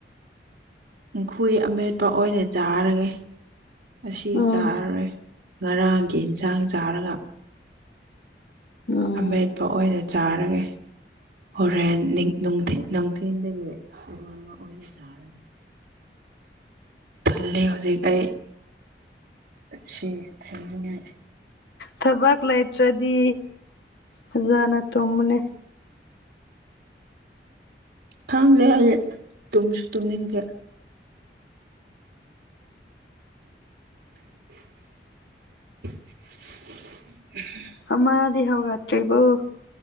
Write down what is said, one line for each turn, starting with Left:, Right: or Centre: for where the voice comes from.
Right: ꯑꯩꯈꯣꯏ ꯑꯃꯦꯠꯄ ꯑꯣꯏꯅ ꯆꯥꯔꯒꯦ ꯑꯁꯤ
Left: ꯎꯝ
Right: ꯆꯥꯔꯔꯣꯏ ꯉꯔꯥꯡꯒꯤ ꯏꯟꯖꯥꯡ ꯆꯥꯔꯒ
Left: ꯎꯝ
Right: ꯑꯃꯦꯠꯄ ꯑꯣꯏꯅ ꯆꯥꯔꯒꯦ ꯍꯣꯔꯦꯟ ꯅꯤꯡ ꯅꯨꯡꯊꯤ ꯅꯨꯡꯊꯤꯟꯗꯒꯤ ꯏꯔꯣꯟꯕ ꯑꯣꯏꯅ ꯆꯥꯔꯒꯦ ꯇꯜꯂꯦ ꯍꯨꯖꯤꯛ ꯑꯩ ꯁꯤ ꯊꯦꯝꯅꯤꯉꯥꯏ
Left: ꯊꯕꯛ ꯂꯩꯇ꯭ꯔꯗꯤ ꯐꯖꯅ ꯇꯨꯝꯃꯨꯅꯦ
Right: ꯈꯪꯗꯦ ꯑꯩ ꯇꯨꯝꯁꯨ ꯇꯨꯝꯅꯤꯡꯗꯦ <inaudible>
Left: ꯑꯃꯥꯗꯤ ꯍꯧꯒꯠꯇ꯭ꯔꯤꯕ꯭ꯔꯣ